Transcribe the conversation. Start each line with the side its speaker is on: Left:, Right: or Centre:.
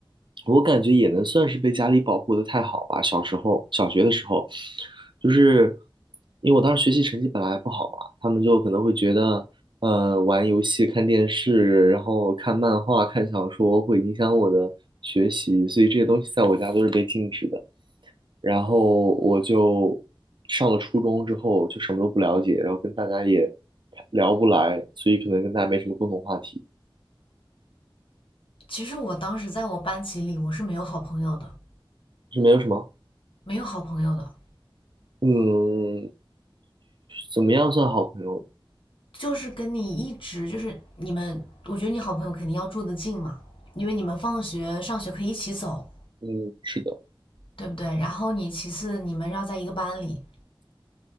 Right: 我感觉也能算是被家里保护的太好吧。小时候，小学的时候，就是因为我当时学习成绩本来不好嘛，他们就可能会觉得呃，玩游戏、看电视，然后看漫画、看小说，会影响我的学习，所以这些东西在我家都是被禁止的。然后我就上了初中之后，就什么都不了解，然后跟大家也聊不来，所以可能跟大家没什么共同话题，
Left: 其实我当时在我班级里，我是没有好朋友的，
Right: 就没有什么，
Left: 没有好朋友的，
Right: 嗯，怎么样算好朋友？
Left: 就是跟你一直就是你们，我觉得你好朋友肯定要住得近嘛，因为你们放学上学可以一起走，
Right: 嗯，是的，
Left: 对不对？然后你其次你们要在一个班里，